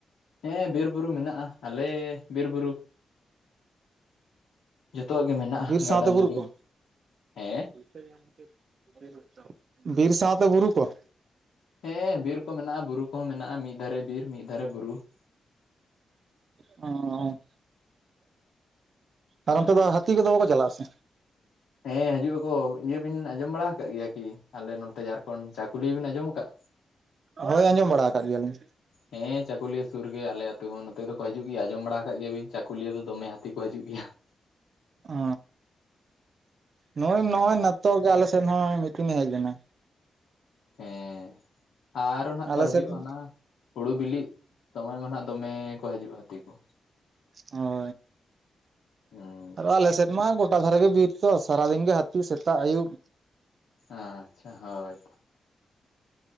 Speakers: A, on the left; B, on the right.
A: ᱦᱮᱸ ᱵᱤᱨ ᱵᱩᱨᱩ ᱢᱮᱱᱟᱜᱼᱟ ᱟᱞᱮ ᱵᱤᱨ ᱵᱩᱨᱩ ᱾ ᱡᱚᱛᱚᱣᱟᱜ ᱜᱮ ᱢᱮᱱᱟᱜᱼᱟ
B: ᱵᱤᱨ
A: ᱜᱟᱰᱟᱼᱢᱩᱰᱩ
B: ᱥᱟᱶᱛᱮ ᱵᱩᱨᱩ ᱠᱚ
A: ᱦᱮᱸ ᱾
B: <unintelligible> ᱵᱤᱨ ᱥᱟᱶᱛᱮ ᱵᱩᱨᱩ ᱠᱚ
A: ᱦᱮᱸ ᱵᱤᱨ ᱠᱚ ᱢᱮᱱᱟᱜᱼᱟ ᱵᱩᱨᱩ ᱠᱚᱦᱚᱸ ᱢᱮᱱᱟᱜᱼᱟ ᱢᱤᱫ ᱫᱷᱟᱨᱮ ᱵᱤᱨ ᱢᱤᱫ ᱫᱷᱟᱨᱮ ᱵᱩᱨᱩ ᱾
B: ᱚᱻ ᱟᱨ
A: ᱦᱩᱸ᱾
B: ᱚᱱᱛᱮ ᱫᱚ ᱦᱟᱹᱛᱤ ᱠᱚᱫᱚ ᱵᱟᱠᱚ ᱪᱟᱞᱟᱜᱼᱟ ᱥᱮ
A: ᱦᱮᱸ ᱦᱟᱡᱩᱜ ᱟᱠᱚ ᱤᱭᱟᱹ ᱵᱤᱱ ᱟᱸᱡᱚᱢ ᱦᱮ ᱦᱟᱹᱡᱩ ᱟᱠᱚ ᱤᱭᱟ ᱵᱤᱱ ᱟᱡᱚᱢ ᱵᱟᱲᱟ ᱦᱟᱠᱟᱜ ᱜᱮᱭᱟ ᱠᱤ ᱟᱞᱮ ᱱᱚᱛᱮ ᱡᱷᱟᱲᱠᱷᱚᱸᱰ ᱪᱟᱠᱩᱞᱤ ᱵᱤᱱ ᱟᱸᱡᱚᱢ ᱠᱟᱜ᱾
B: ᱦᱳᱭ ᱟᱸᱡᱚᱢ ᱵᱟᱲᱟ ᱟᱠᱟᱜ ᱜᱮᱭᱟᱞᱤᱧ᱾
A: ᱦᱮᱸ ᱪᱟᱹᱠᱩᱞᱤᱭᱟᱹ ᱥᱩᱨ ᱜᱮ ᱟᱞᱮ ᱟᱹᱛᱩ ᱦᱚᱸ ᱱᱚᱛᱮ ᱫᱚᱠᱚ ᱦᱟᱡᱩᱜ ᱜᱮᱭᱟ ᱟᱸᱡᱚᱢ ᱵᱟᱲᱟ ᱦᱟᱠᱟᱜ ᱜᱮᱭᱟ ᱵᱤᱱ ᱪᱟᱠᱩᱞᱤᱭᱟᱹ ᱫᱚ ᱫᱚᱢᱮ ᱦᱟᱹᱛᱤ ᱠᱚ ᱦᱟᱡᱩᱜ ᱜᱤᱭᱟ ᱾
B: ᱚ ᱱᱚᱜᱚᱭ
A: ᱦᱩᱸ᱾
B: ᱱᱚᱜᱚᱭ ᱱᱟᱛᱚᱜ ᱜᱮ ᱟᱞᱮᱥᱮᱱ ᱦᱚᱸ ᱢᱤᱫᱴᱤᱱ ᱮ ᱦᱮᱡ ᱞᱮᱱᱟ᱾
A: ᱦᱮᱸ ᱟᱨᱚ ᱱᱟᱦᱜ ᱠᱚ
B: ᱟᱞᱮ
A: ᱦᱟᱡᱩᱜᱼᱟ
B: ᱥᱮᱫ ᱦᱮᱸ
A: ᱚᱱᱟ ᱦᱩᱲᱩ ᱵᱤᱞᱤᱜ ᱫᱚᱢᱮ ᱢᱟ ᱱᱟᱦᱜ ᱫᱚᱢᱮ ᱠᱚ ᱦᱟᱡᱩᱜᱼᱟ ᱦᱟᱹᱛᱤ ᱠᱚ᱾
B: ᱦᱚᱸ
A: ᱦᱩᱸ
B: ᱟᱨ ᱟᱞᱮ ᱥᱮᱫ ᱢᱟ ᱜᱚᱴᱟ ᱫᱷᱟᱨᱮ ᱜᱮ ᱵᱤᱨ ᱛᱚ ᱥᱟᱨᱟᱫᱤᱱ ᱜᱮ ᱦᱟᱹᱛᱤ ᱥᱮᱛᱟᱜ ᱟᱹᱭᱩᱵ
A: ᱟᱪᱪᱷᱟ ᱦᱳᱭ